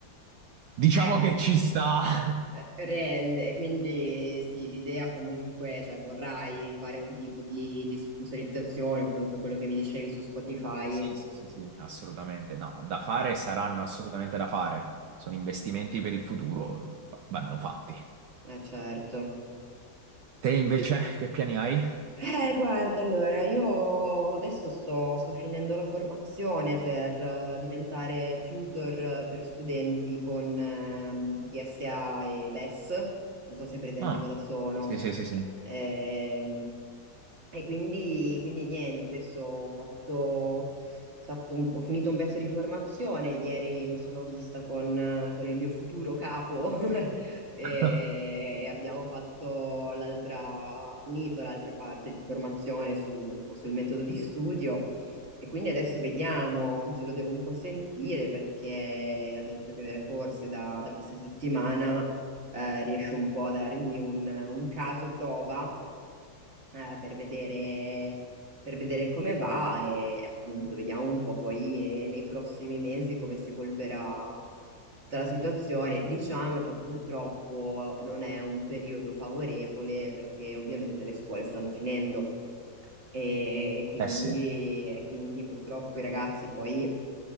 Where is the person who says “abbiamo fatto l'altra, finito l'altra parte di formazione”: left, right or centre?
Right